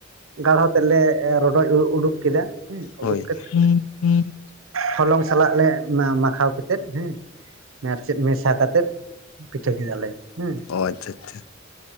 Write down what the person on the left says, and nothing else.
ᱦᱳᱭ
ᱦᱩᱸ ᱦᱩᱸ ᱾
ᱚ ᱟᱪᱷᱟ ᱟᱪᱷᱟ᱾